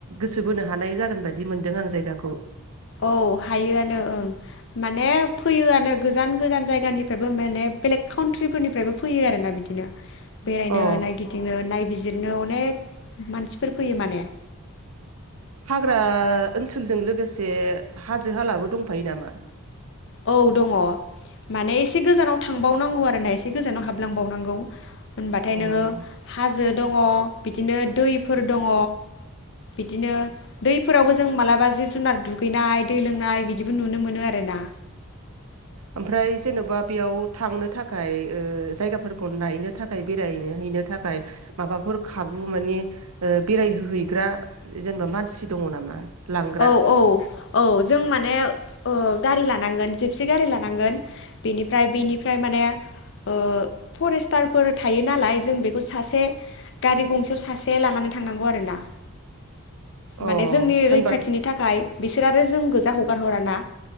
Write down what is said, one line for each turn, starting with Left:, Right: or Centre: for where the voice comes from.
Right: गोसो बोनो हानाय जागोन बायदि मोनदों आं जायगाखौ।
Left: औ हायोआनो ओं माने फैयोआनो गोजान गोजान जायगानिफ्रायबो माने बेलेग काउन्ट्रिफोरनिफ्रायबो फैयो आरोना बिदिनो। बेरायनो
Right: अ
Left: नायगिदिंनो नाय बिजिरनो अनेक मानसिफोर फैयो माने।
Right: हाग्रा ओनसोलजों लोगो से हाजो हालाबो दंफायो नामा?
Left: औ दङ' माने एसे गोजानाव थांबावनांगौ आरोना एसे गोजानाव हाबलांबावनांगौ। होनबाथाय
Right: अ
Left: नोङो हाजो दङ बिदिनो दैफोर दङ बिदिनो दैफोरावबो जों मालाबा जिब जुनार दुगैनाय दै लोंनाय बिदिबो नुनो मोनो आरोना।
Right: ओमफ्राय जेन'बा बेयाव थांनो थाखाय ओ जायगाफोरखौ नायनो थाखाय बेरायनोहैनो थाखाय माबाफोर खाबु मानि बेरायहैग्रा जेनेबा मानसि दङ' नामा? लांग्रा
Left: औ औ औ जों माने ओ गारि ला नांगोन जिपसि गारि लानांगोन। बिनिफ्राय बिनिफ्राय माने ओ फरेस्टार फोर थायो नालाय जों बेखौ सासे गारि गंसेयाव सासे लानानै थांनांगौ आरोना।
Right: अ
Left: माने जोंनि रैखा
Right: होनबा
Left: थिनि थाखाय बिसोर आरो जों गोजा हगार हराना।